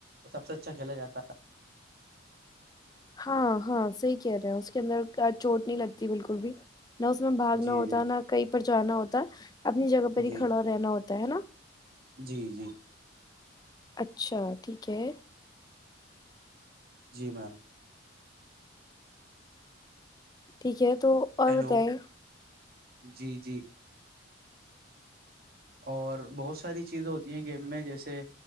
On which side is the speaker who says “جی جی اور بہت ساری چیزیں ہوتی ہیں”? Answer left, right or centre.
Right